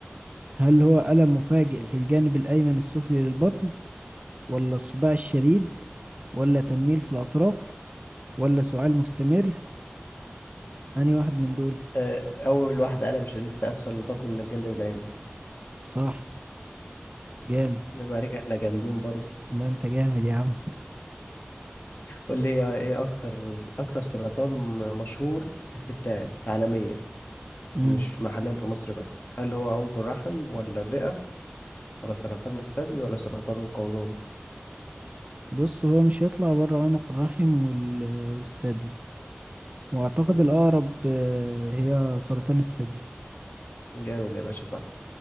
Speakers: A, on the right; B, on the left.
A: هل هو الم مفاجئ
B: مم.
A: في الجانب الايمن السفلي للبطن ولا الصداع الشديد ولا تنميل في الأطراف ولا سعال مستمر أنهي واحد من دول
B: آه، أول واحدة ألم شديد في أسفل البطن من الجانب الأيمن
A: صح جامد
B: يبقى عليك احنا جامدين برضه
A: لا أنت جامد يا عم
B: قول لي ايه إيه أكتر أكتر سرطان م- مشهور في الستات عالميا
A: مم.
B: مش محليا في مصر بس هل هو عنق الرحم ولا الرئة ولا سرطان الثدي ولا سرطان القولون
A: بص هو مش هيطلع بره عنق الرحم وال... والثدي وأعتقد
B: مم.
A: الأقرب آه، هي سرطان الثدي
B: جامد يا باشا صح